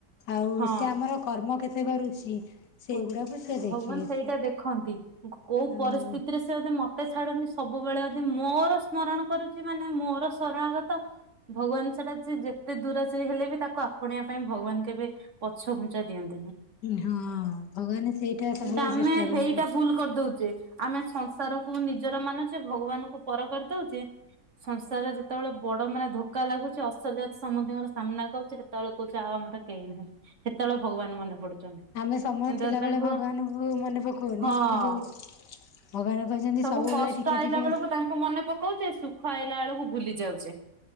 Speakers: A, on the left (about 80°); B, on the right (about 45°).
A: ଆଉ
B: ହଁ
A: ସେ ଆମର କର୍ମ କେତେ କରୁଛି। ସେଇଗୁଡାକୁ
B: କହୁଛି
A: ସେ ଦେଖିବେ
B: ଭଗବାନ ସେଇଟା
A: ସେ
B: ଦେଖନ୍ତି କୋଉ
A: ଆଉ
B: ପରିସ୍ଥିତିରେ ସେ ମତେ ଛାଡୁନି ସବୁବେଳେ ଯଦି ମୋର ସ୍ମରଣ କରୁଛି ମାନେ ମୋର ସରଣାଗତ ଭଗବାନ ସେଇଟା ସେ ଯେତେ ଦୂରାଚାଇ ହେଲେ ବି ତାକୁ ଆପଣେଇବା ପାଇଁ ଭଗବାନ କେବେ ପଛ ଘୁଞ୍ଚା ଦିଅନ୍ତିନି।
A: ହଁ ଭଗବାନ ସେଇଟା ସବୁବେଳେ
B: କିନ୍ତୁ ଆମେ
A: ଚେଷ୍ଟା କରନ୍ତି
B: ହେଇଟା ଭୁଲ କରିଦଉଛେ ଆମେ ସଂସାରକୁ ନିଜର ମାନୁଛେ ଭଗବାନଙ୍କୁ ପର କରିଦଉଚେ। ସଂସାରରେ ଯେତେବେଳେ ବଡ ମାନେ ଧୋକା ଲାଗୁଛି ଅସଲିୟତ ସମସ୍ତିଙ୍କର ସାମ୍ନା କୁ ଆଉଛି ସେତେବେଳେ କହୁଛି ଆଉ ଆ ମୋର କେହି ନାହାନ୍ତି ସେତେବେଳେ ଭଗବାନ ମନେ ପଡୁଛନ୍ତି।
A: ଆମେ ସମୟ
B: କିନ୍ତୁ
A: ଥିଲାବେଳେ
B: ତାଙ୍କୁ
A: ଭଗବାନଙ୍କୁ ମନେ ପକାଉନେ
B: ହଁ
A: କିନ୍ତୁ ଭଗବାନ କହିଛନ୍ତି
B: ସବୁ
A: ସବୁବେଳେ
B: କଷ୍ଟ
A: ଟିକେ
B: ଆଇଲା
A: ଟିକେ
B: ବେଳକୁ ତାଙ୍କୁ ମନେ ପକୋଉଛେ ସୁଖ ଆଇଲା ବେଳକୁ ଭୁଲି ଯାଉଛେ।